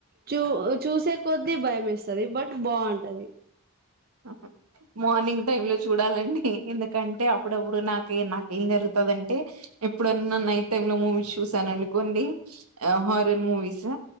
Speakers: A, on the right (about 45°); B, on the right (about 80°).
A: చూ చూసే కొద్దీ భయమేస్తది బట్ బాంటది.
B: <inaudible> మార్నింగ్ టైమ్ లొ చూడాలండి. ఎందుకంటే అప్పుడప్పుడు నాకు నాకేం జరుగుతాదం ఎప్పుడన్నా నైట్ టైమ్ లో మూవీస్ చూసాననుకోండి. హ హార్రర్ మూవీసు